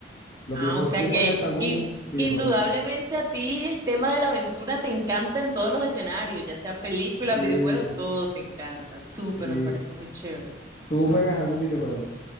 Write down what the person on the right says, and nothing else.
Ah,
o sea
que
in-
indudablemente a ti el tema de la aventura te encanta en todos los escenarios, ya sea películas,
videojuegos, todo te encanta. Súper,
me parece muy chévere.